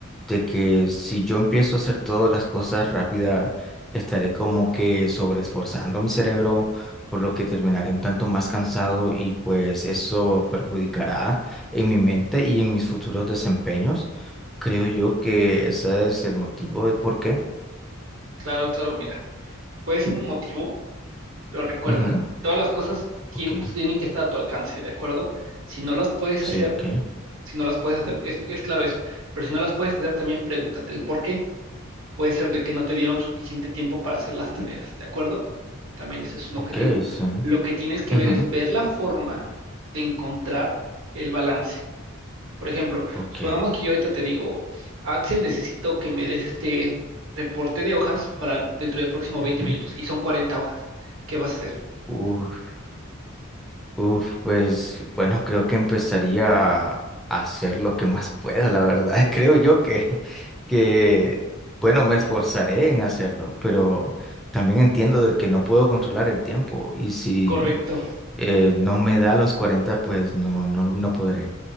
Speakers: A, in the centre; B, on the right.
A: de que si yo empiezo a hacer todas las cosas rápida, estaré como que sobreesforzando mi cerebro, por lo que terminaré un tanto más cansado y pues eso perjudicará en mi mente y en mis futuros desempeños. Creo yo que ese es el motivo del por qué.
B: Claro, claro, mira. Puede ser un motivo, pero recuerda,
A: Ujú,
B: todas las cosas tiem-
A: Ok,
B: tienen que estar a tu alcance, ¿de acuerdo? Si no las puedes
A: sí,
B: hacer,
A: ok,
B: si no las puedes hacer, es, es claro eso, pero si no las puedes hacer, también pregúntate el por qué. Puede ser de que no te dieron suficiente tiempo para hacer las tareas, ¿de acuerdo? También ese es un
A: ok,
B: objetivo.
A: sí.
B: Lo que tienes que
A: ujú.
B: ver es ver la forma de encontrar el balance. Por ejemplo,
A: Ok.
B: supongamos que yo ahorita te digo, Axel, necesito que me des este reporte de hojas para el- dentro del próximo 20
A: ujú.
B: minutos y son 40 hojas. ¿Qué vas a hacer?
A: Uf, uf, pues bueno, creo que empezaría a hacer lo que más <laughs> pueda, la verdad. <laughs> Creo yo que, que, bueno, me esforzaré en hacerlo, pero también entiendo de que no puedo controlar el tiempo y si
B: Correcto.
A: eh, no me da los 40, pues no, no, no podré.